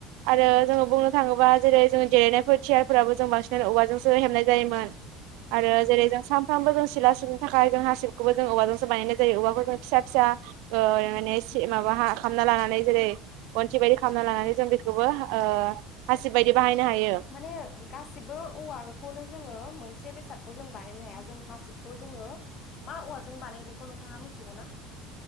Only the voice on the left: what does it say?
माने गासिबो औवाखौनो जोङो मोनसे बेसादखौ जों बानायनो हाया जों हासिबखौ जोङो मा औवाजों बानायो बेखौ नोंथाङा मिथिगौ ना?